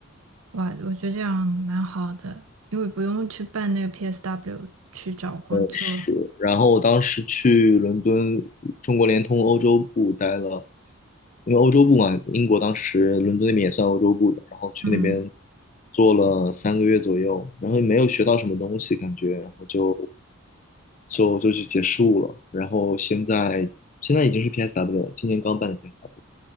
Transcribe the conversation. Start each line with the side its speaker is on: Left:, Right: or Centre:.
Right: 哇，我觉得这样蛮好的，因为不用去办那个 PSW 去找工作。
Left: 是，然后我当时去伦敦中国联通欧洲部待了，因为欧洲部嘛，英国当时伦敦那边也算欧洲部的，然后去那边
Right: 嗯，
Left: 做了三个月左右，然后也没有学到什么东西感觉，然后就就就去结束了，然后现在现在已经是 PSW 了，今年刚办的 PSW。